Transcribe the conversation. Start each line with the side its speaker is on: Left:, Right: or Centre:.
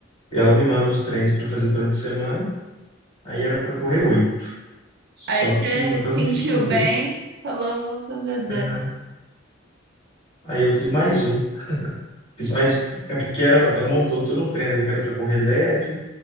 Left: e ela me manda os treinos para fazer durante a semana. Aí era para correr oito. Só
Right: Aí
Left: que
Right: você
Left: eu tava
Right: sentiu
Left: me sentindo
Right: bem,
Left: bem.
Right: falou, vou fazer dez.
Left: né? Aí eu fiz mais um. Fiz mais. É porque era, ela montou todo um treino ali que era para correr leve,